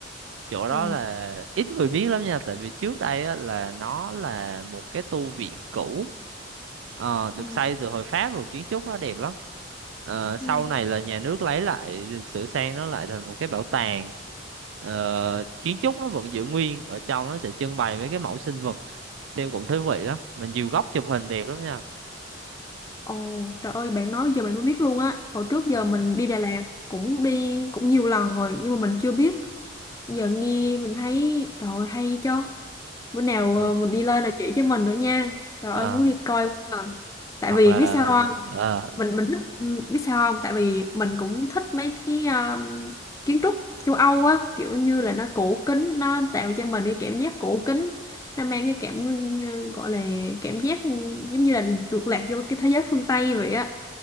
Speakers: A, on the right; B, on the left.
A: chỗ đó
B: Ừ.
A: là ít người biết lắm nha tại vì trước đây á, là nó là một cái tu viện cũ ờ, được
B: Ừ.
A: xây từ hồi Pháp rồi kiến trúc nó đẹp lắm Ờ, sau
B: Ừ.
A: này là nhà nước lấy lại sửa sang nó lại thành một cái bảo tàng Ờ, kiến trúc nó vẫn giữ nguyên ở trong nó sẽ trưng bày mấy cái mẫu sinh vật xem cũng thú vị lắm mình nhiều góc chụp hình đẹp lắm nha
B: Ồ, trời ơi, bạn nói giờ mình mới biết luôn á. Hồi trước giờ
A: Ờ,
B: mình đi Đà Lạt cũng đi cũng nhiều lần rồi nhưng mà mình chưa biết. Giờ nghe mình thấy trời ơi, hay cho. Bữa nào
A: rồi
B: ờ, mình đi lên là chỉ cho mình nữa nha. Trời
A: Ờ,
B: ơi muốn đi coi quá à. Tại
A: hoặc
B: vì
A: là
B: biết sao không?
A: ờ,
B: Mình mình thích ừ, biết sao không? Tại vì mình cũng thích mấy cái um, kiến trúc châu Âu á, kiểu như là nó cổ kính, nó tạo cho mình cái cảm giác cổ kính. Nó mang cái cảm ừ, gọi là cảm giác ừ, giống như là được lạc vô cái thế giới phương Tây vậy á